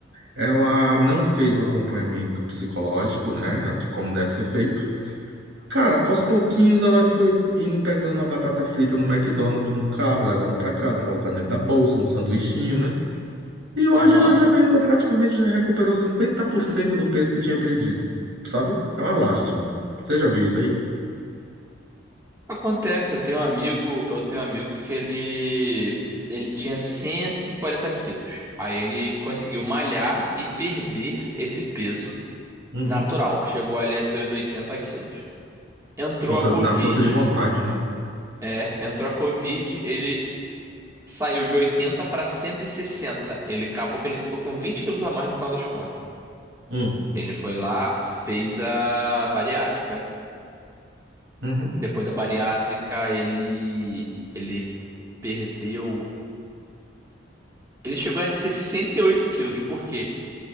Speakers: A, on the right; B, on the right.
A: Ela não fez o acompanhamento psicológico, né? que Como deve ser feito. Cara, aos pouquinhos ela foi indo pegando a batata frita no McDonald's no carro, levando pra casa, colocando dentro da bolsa, um sanduichinho, né? E hoje
B: Aham.
A: ela já ganhou, praticamente já recuperou 50% do peso que tinha perdido, sabe? É uma lástima. Você já viu isso aí?
B: Acontece, eu tenho um amigo, eu tenho um amigo que ele ele tinha 140 quilos. Aí ele conseguiu malhar e perder esse peso
A: Uhum.
B: natural. Chegou ali a seus 80 quilos. Entrou
A: Força,
B: a Covid,
A: na força de vontade, né?
B: é, entrou a Covid, ele saiu de 80 para 160. Ele acabou que ele ficou com 20 quilos a mais no final das contas.
A: Hum.
B: Ele foi lá, fez a bariátrica
A: Uhum.
B: Depois da bariátrica, ele ele perdeu. Ele chegou a 68 quilos, por quê?